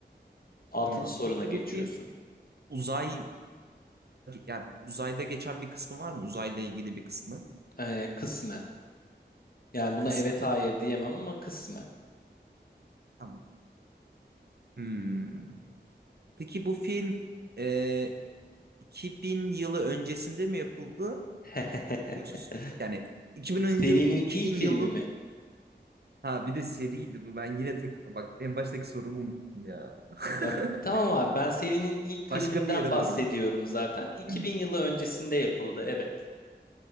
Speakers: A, on the left; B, on the right.
A: Altıncı
B: Tamam.
A: soruna
B: Peki
A: geçiyorsun.
B: bu film uzayda yani uzayda geçen bir kısmı var mı? Uzayla ilgili bir kısmı.
A: Ee, kısmen. Yani
B: Kısmı.
A: buna evet hayır diyemem ama kısmen.
B: Tamam. Hmm. Peki bu film e, 2000 yılı öncesinde mi yapıldı?
A: <laughs>
B: Yoksa yani 2000
A: Serinin
B: yıl 2000
A: ilk filmi
B: yılı
A: mi?
B: ha bir de seriydi bu. Ben yine tek bak en baştaki sorumu unuttum ya. <laughs>
A: E, bu- tamam abi ben serinin ilk filminden
B: Başka bir yere
A: bahsediyorum
B: doğru
A: zaten. 2000
B: gidiyor.
A: yılı öncesinde yapıldı evet.